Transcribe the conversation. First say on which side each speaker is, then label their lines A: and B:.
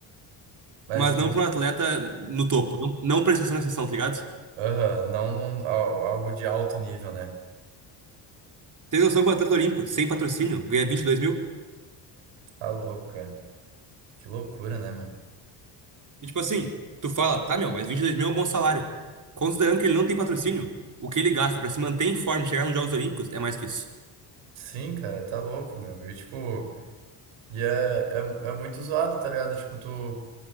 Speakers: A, on the right; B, on the right.
A: Mas,
B: Mas não pra um atleta no topo, não, não pra exceção na exceção, tá ligado?
A: aham, não num- al- algo de alto nível, né?
B: Tem noção que o atleta olímpico, sem patrocínio, ganha 22 mil?
A: Tá louco, cara. Que loucura, né, meu?
B: E tipo assim, tu fala, tá, meu, mas 22 mil é um bom salário. Considerando que ele não tem patrocínio, o que ele gasta pra se manter em forma e chegar nos Jogos Olímpicos é mais que isso.
A: Sim, cara, tá louco, meu. E, tipo, e é, é, é muito zoado, tá ligado? Tipo, tu,